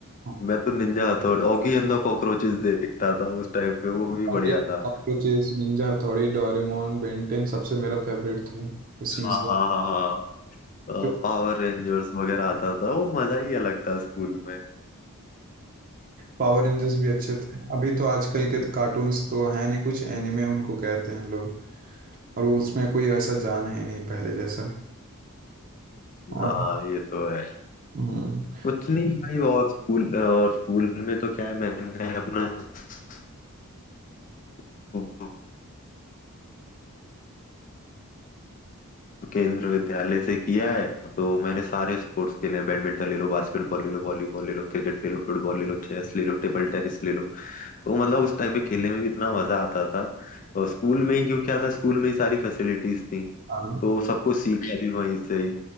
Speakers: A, on the right; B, on the left.
A: हाँ।
B: मैं तो ninja Hattori Oggy and the cockroaches देखता था उस टाइम पे वो भी
A: और
B: बढ़िया
A: ये
B: था
A: cockroaches, Ninja Hattori Doraemon Ben Ten सबसे मेरा फेवरेट था उसमें
B: हाँ
A: से
B: हाँ हाँ हाँ
A: तो
B: पावर रेंजर्स वगैरह आता था वो मजा ही अलग था स्कूल में
A: पावर रेंजर्स भी अच्छे थे अभी तो आजकल के तो कार्टून्स तो हैं नहीं कुछ एनिमे उनको कहते हैं लोग और उसमें कोई ऐसा जान है नहीं पहले जैसा और
B: हाँ ये तो है
A: हम्म
B: कुछ नहीं भाई और स्कूल और स्कूल में तो क्या है मैंने अपना <laughs> स्कूल- केंद्र विद्यालय से किया है तो मैंने सारे स्पोर्ट्स खेले हैं बैडमिंटन ले लो बास्केटबॉल ले लो वॉलीबॉल ले लो क्रिकेट ले लो फुटबॉल ले लो चेस ले लो टेबल टेनिस ले लो तो मतलब उस टाइम पे खेलने में भी इतना मजा आता था और स्कूल में ही क्यों क्या था स्कूल में ही सारी फैसिलिटीज थी
A: हाँ
B: तो सब कुछ सीखा भी वहीं से ही